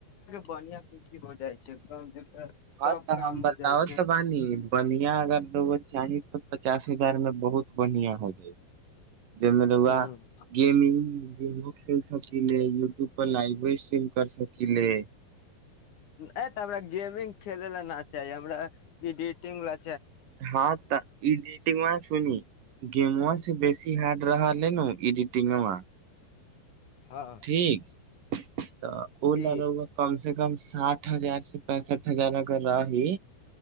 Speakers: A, on the left; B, on the right.
A: बढ़आ पीहो जाइ छै
B: हँ
A: सब
B: तऽ
A: काम
B: हम बताब
A: हो जाइ
B: तऽ बानी बनिया अगर दोगो चाही तऽ पचास घर में बहुत बढ़िया हो जाय जाहिमे
A: छै
B: लआ गेमिंग गेमो खेल सक लै यूट्यूब पर लाइव स्ट्रीम कर सकी ले
A: ये तऽ हमरा गेमिंग खेल न चाही हमरा इडिटिंग ल
B: हँ तऽ इडिटिंग सुनी गेमबा बेसी हार्ड रहल ह ने एडिटिंग मे
A: हँ
B: ठीक तऽ ओ
A: जी
B: ल ला राउआ कम से कम साठ हजार से पैंसठ हजार अगर रहली